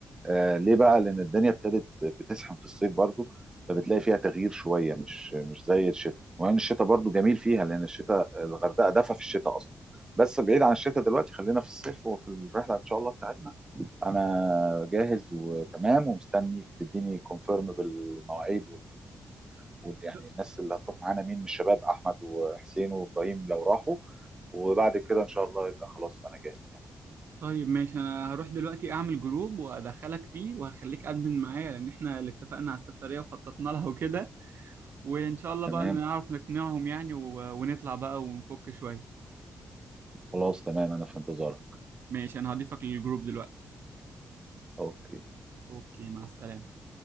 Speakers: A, on the right (about 15°); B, on the right (about 55°).
A: آه ليه بقى؟ لأن الدنيا ابتدت بتسخن في الصيف برضو فبتلاقي فيها تغيير شوية مش مش زي الشتاء، وإن الشتاء برضو جميل فيها لأن الشتاء الغردقة دفى في الشتاء أصلا. بس بعيد عن الشتاء دلوقتي خلينا في الصيف وفي الرحلة إن شاء الله بتاعتنا. أنا جاهز وتمام ومستنيك تديني كونفيرم بالمواعيد وال وال- يعني
B: ط-
A: الناس اللي هتروح معانا مين من الشباب أحمد وحسين وإبراهيم لو راحوا وبعد كده إن شاء الله يبقى خلاص أنا جاهز يعني.
B: طيب ماشي أنا هروح دلوقتي أعمل جروب وأدخلك فيه وهخليك أدمن معايا لأن احنا اللي اتفقنا على السفرية وخططنا لها وكده وإن شاء الله
A: تمام
B: بقى نعرف نقنعهم يعني و- ونطلع بقى ونفك شوية
A: خلاص تمام أنا في انتظارك.
B: ماشي أنا هضيفك للجروب دلوقتي
A: أوكي
B: أوكي مع السلامة